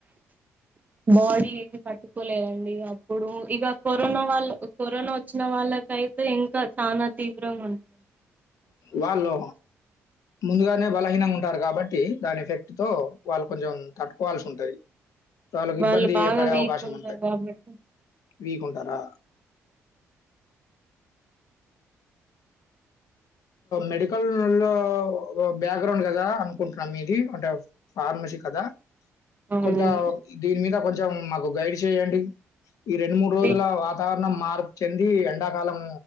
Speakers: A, on the right; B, on the left.
A: బాడీ ఏ తట్టుకోలేదండి అప్పుడు ఇక కరోనా వాళ్ళ కరోనా వచ్చిన వాళ్ళ వాళ్ళకైతే ఇంకా చనా తీవ్రంగా ఉంటు
B: వాళ్ళు ముందుగానే బలహీనంగా ఉంటారు కాబట్టి టి దాని ఎఫెక్ట్ తో వాళ్ళు కొంచం తట్టుకోవాల్సి ఉంటది వాళ్ళకి
A: వాళ్ళు
B: ఇబ్బంది
A: బాగా
B: పడే
A: వీక్
B: అవకాశం
A: ఉంటారు
B: ఉంటది
A: కాబట్టి
B: వీకుంటారా మెడికల్ లో బ్యాక్గ్రౌండ్ కదా అనుకుంటున్నాం మీది అంటే ఫార్మసీ కదా
A: అవునండి
B: కొంత దీని మీద కొంచెం మాకు గైడ్ చేయండి ఈ రెండు మూడు రోజుల
A: ఏ
B: వాతా వరణం మార్పు చెంది ఎండాకాలం